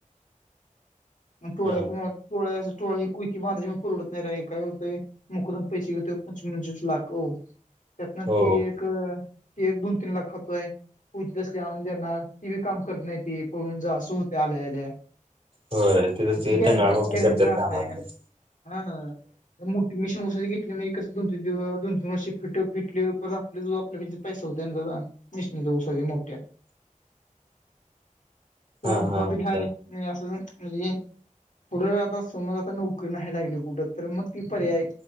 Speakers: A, on the left (about 65°); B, on the right (about 45°).
A: अन टोळ्या
B: हां,
A: को टोळ्या अस टोळ्या ही कोयती बांधाची म परवडत नाही रे. काय होत? मुकदम पैसे घेतो पंचवीस पंचवीस लाख हो, त्यातन
B: हो
A: ती एक ती एक दोन- तीन लाख खातोये. कोयती त्यासले आणून देणार. ती बी काम करत नाहीती पळून जाय सुरू होत्या आल्या आल्या.
B: होय तिथं
A: म
B: ते
A: ती गर
B: टंगळा मंगळा
A: गॅरंटी
B: करतात
A: राहत
B: कामाचे.
A: नाही. हा ना. ते मु त मीशन घेतले म्ही कसं दोन तीन व दोन तीन वर्ष फट फिटले पर आप आपल्या पैसा होतते ना त्याचा. माशनीच्या उसाच्या मोठ्या. किंवा
B: हा हा.
A: भाव बी हाय, नाही अस नाही. म्हणजे पुढं आता समज आता नोकरी नाही लागली कुठं, तर मग ती पर्याय